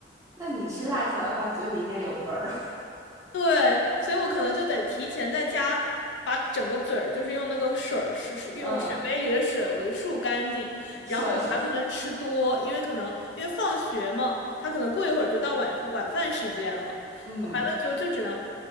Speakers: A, on the right; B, on the left.
A: 那你吃辣条的话，嘴里应该有味儿。
B: 对，所以我可能就得提前在家把整个嘴儿，就是用那个水儿，是是用水杯里的水，
A: <laughs> 嗯，
B: 我就漱干净。
A: 涮涮。
B: 然后我还不能吃多，因为可能因为放学嘛，他可能过一会儿就到晚晚饭时间了，
A: 嗯
B: 我还能就就只能